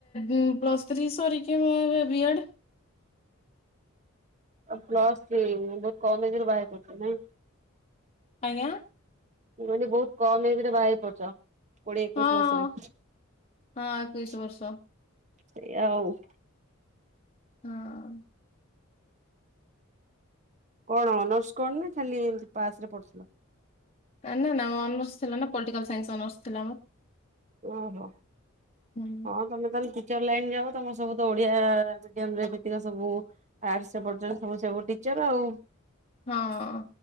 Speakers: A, on the left (about 30°); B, on the right (about 35°).
A: ଉଁ ପ୍ଲସ୍ ଥ୍ରୀ ସରିକି ମୁଁ ଏବେ ବି ଏଡ୍।
B: ପ୍ଲସ ଥ୍ରି ବହୁତ କମ୍ ଏଜରେ ବାହା ହେଇପଡିଚ ନାଇଁ।
A: ଆଜ୍ଞା।
B: ମୁ କହିଲି ବହୁତ କମ୍ ଏଜ ରେ ବାହା ହେଇପଡିଚ। କୋଡିଏ ଏକୋଇଶି
A: ହଁ
B: ବର୍ଷରେ
A: ହଁ ଏକୋଇଶି
B: ସେଇଆ
A: ବର୍ଷ
B: ଆଉ।
A: ହଁ।
B: କଣ ଅନର୍ସ କଣ ନା ଖାଲି ଏମତି ପାସ୍ ରେ ପଢୁଥିଲ?
A: ନା ନା ଅନର୍ସ ଥିଲା ନା ପଲିଟିକାଲ ସାଇନ୍ସ ଅନର୍ସ ଥିଲା ମୋର।
B: ଓ ହଁ
A: ହୁଁ
B: ହଁ। ତମେ ତାହାଲେ ଟିଚର ଲାଇନ ଯାଅ ତମର ସବୁ ତ ଓଡିଆ ମିଡିୟମରେ ଏବେତିକ ସବୁ ଆର୍ଶ ପଢୁଚନ୍ତି ସବୁ ସବୁ ଟିଚର ଆଉ।
A: ହଁ।